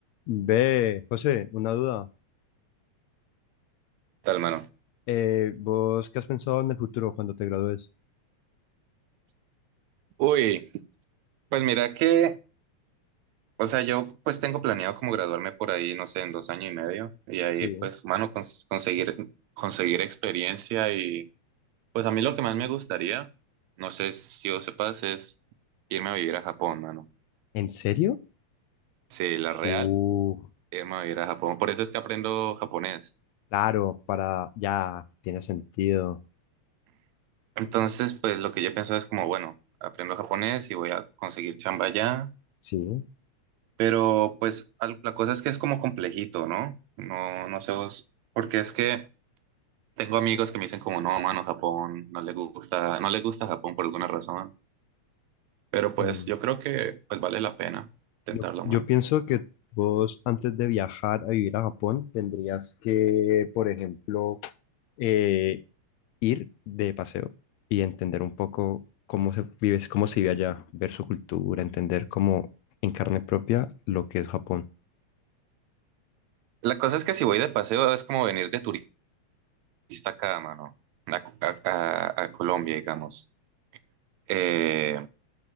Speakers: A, on the left; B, on the right.
A: Ve, José, una duda.
B: tal, mano?
A: Eh, ¿vos qué has pensado en el futuro cuando te gradúes?
B: Uy, pues mira que, o sea, yo pues tengo planeado como graduarme por ahí, no sé, en dos años y medio, y ahí
A: Sí,
B: pues, mano, cons- conseguir, conseguir experiencia y pues a mí lo que más me gustaría, no sé si vos sepas, es irme a vivir a Japón, mano.
A: ¿En serio?
B: Sí, la real,
A: Uh,
B: irme a vivir a Japón, por eso es que aprendo japonés.
A: claro, para ya, tiene sentido.
B: Entonces, pues lo que yo pienso es como, bueno, aprendo japonés y voy a conseguir chamba allá,
A: Sí.
B: Pero pues al- la cosa es que es como complejito, ¿no? No, no sé vos, porque es que tengo amigos que me dicen como, no, mano, Japón, no le gusta, no le gusta Japón por alguna razón, pero pues
A: Mm.
B: yo creo que pues vale la pena intentarlo,
A: Yo, yo
B: mano.
A: pienso que vos antes de viajar a vivir a Japón tendrías que, por ejemplo, eh, ir de paseo y entender un poco cómo se vive, cómo se vive allá, ver su cultura, entender cómo en carne propia lo que es Japón.
B: La cosa es que si voy de paseo es como venir de turista acá, mano, a, a- a- a Colombia, digamos. Eh,